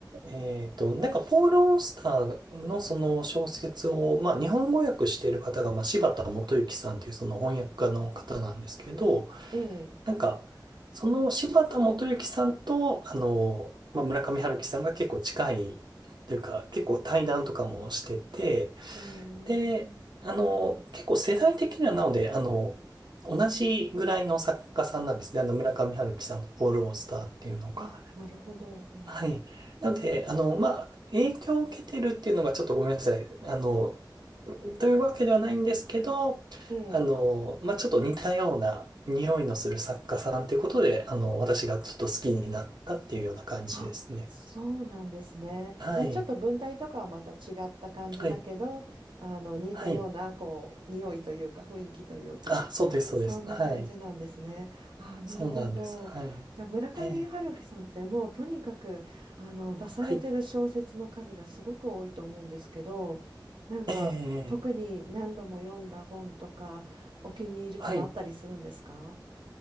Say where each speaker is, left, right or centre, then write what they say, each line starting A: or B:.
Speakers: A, on the right; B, on the right.
A: えっと、なんか、ポール・オースターのその小説を、まあ、日本語訳している方が、まあ、柴田元幸さんというその翻訳家の方なんですけど、
B: ええ
A: なんか、その柴田元幸さんと、あの、まあ、村上春樹さんが結構近いというか、結構対談とかもしてて、
B: へえ。
A: で、あの、結構世代的にはなので、あの、同じぐらいの作家さんなんですね。あの、村上春樹さんのフォロースターっていうのが。
B: あ、なるほど。ええ。
A: はい。なので、あの、まあ、影響を受けてるっていうのがちょっとごめんなさい。あの、というわけではないんですけど、
B: ええ。
A: あの、まあ、ちょっと似たような匂いのする作家さんということで、あの、私がちょっと好きになったっていうような感じですね。
B: あ、そうなんですね。
A: はい。
B: じゃあちょっと文体とかはまた違った感じだけど、
A: はい。
B: あの似たようなこう匂いというか雰囲気というか、
A: はい。あ、そうです、
B: そんな感じなんですね。
A: そうです。はい。
B: あ、なるほど。
A: そうなんです。はい。
B: じゃあ村上春樹さんってもうとにかくあの出されてる小説の数がすごく多いと思うんですけど、
A: ええはい。
B: なんか特に何度も読んだ本とかお気に入りとかあったりするんですか
A: ええ、はい。